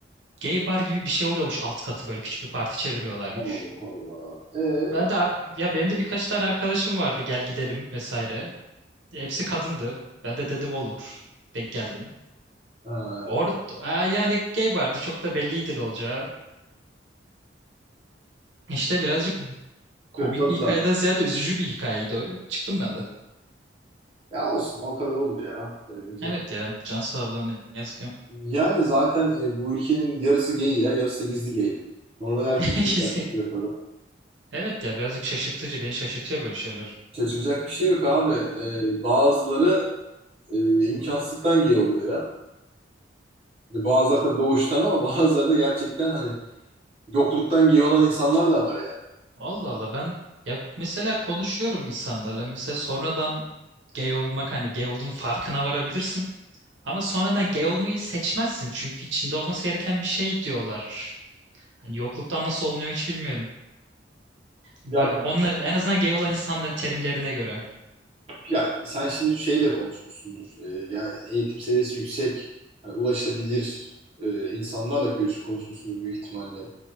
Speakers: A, on the right (about 80°); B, on the right (about 30°).
A: gay bar gibi bir şey oluyormuş alt katı böyle küçük bir parti çeviriyorlarmış.
B: Allah Allah. Ee,
A: Ben de ar- ya benim de birkaç tane arkadaşım vardı gel gidelim vesaire. Hepsi kadındı. Ben de dedim olur. Denk geldim.
B: ha,
A: Or Aa, yani gay vardı. Çok da belliydi ne olacağı. İşte birazcık komik
B: hırpaladılar.
A: bir hikayeden ziyade üzücü bir hikayeydi o. Çıktım ben de.
B: Ya olsun o kadar olur ya. Öyle diyecek.
A: Evet ya. Can sağlığı ne ne yazık ki.
B: Yani zaten e, bu ülkenin yarısı gay ya, yarısı da gizli gay. Normal erkek
A: <laughs> İkisi.
B: yok zaten piyasada.
A: Evet ya birazcık şaşırtıcı. Beni şaşırtıyor böyle şeyler.
B: Şaşıracak bir şey yok abi. E, bazıları e, imkansızlıktan gay oluyor ya. Yani Bazıları da doğuştan ama <laughs> bazıları da gerçekten hani yokluktan gay olan insanlar da var yani.
A: Allah Allah ben ya mesela konuşuyorum insanlarla. Mesela sonradan gay olmak hani gay olduğunun farkına varabilirsin. Ama sonradan gay olmayı seçmezsin. Çünkü içinde olması gereken bir şey diyorlar. Hani yokluktan nasıl olunuyor hiç bilmiyorum.
B: Ya
A: Bu onların en azından gay olan insanların terimlerine göre.
B: Ya sen şimdi şeyle konuşmuşsundur. Ee, yani eğitim seviyesi yüksek, hani ulaşabilir e, insanlarla görüş konuşmuşsundur büyük ihtimalle.